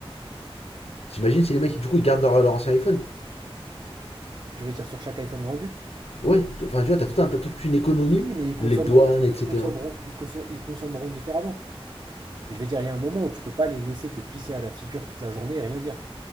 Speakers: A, on the left (about 80°); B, on the right (about 45°).
A: T'imagines si les mecs, du coup, ils gardent leur, leur ancien iPhone
B: Tu veux dire sur chaque iPhone vendu?
A: Ouais, enfin, tu vois, t'as tout un- t'as toute une économie,
B: Oui, mais ils consommeront,
A: les douanes, etc.
B: ils consommeront, ils consom- ils consommeront différemment. Je veux dire, il y a un moment où tu peux pas les laisser te pisser à la figure toute la journée et rien dire.